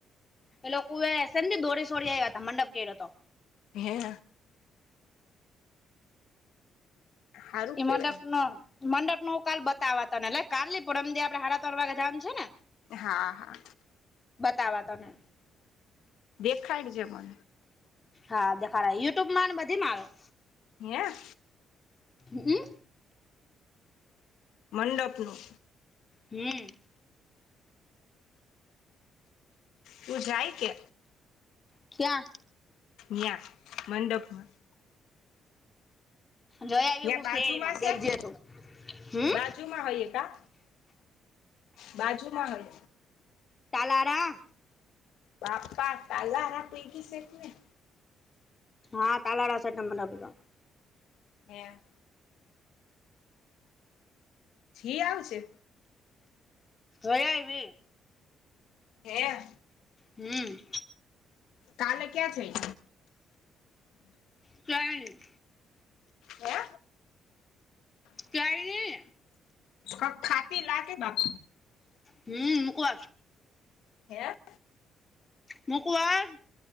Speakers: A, on the left (about 30°); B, on the left (about 75°).
A: એ લોકો એ સંદી દોરી સોરી આવ્યા હતા, મંડપ કેયરોતો
B: હે હારું
A: ઇ
B: કેવાય
A: મડપ નો મંડપનું હું કાલ બતાવા તને, લે કાલ ની પરમ દી આપડને. હડાતર વાગે જાવાનું છે ને?
B: હા હા
A: બતાવા તને
B: દેખાડજે મને.
A: હા દેખાડા, યુટ્યુબમાં ને બધીમાં આવે
B: હેં?
A: હમ
B: મંડપનું?
A: હમ
B: તું જાય કે?
A: ક્યાં?
B: ન્યાં, મંડપમાં?
A: જોઈ આવી
B: ત્યાં
A: હું
B: બાજુમાં
A: સે એમાં
B: સે
A: દેખજે
B: કે?
A: તું હમ
B: બાજુમાં હોયએ કા? બાજુમાં હોય.
A: તલારા
B: બાપકા, તાલારા પુઈગી સે તુ એ!
A: હા, તલાાડા સે, ને અમે ને બધા
B: હેં જી આવજે.
A: વય આઇવિ.
B: હેં!
A: હમ
B: કાલે ક્યાં છે ઈ?
A: ક્યાંય ની.
B: હે
A: ક્યાંની?
B: કાંક ખાતી લાગે, બાપ!
A: હમ, મુ કુ આ
B: હે
A: મુકુ હા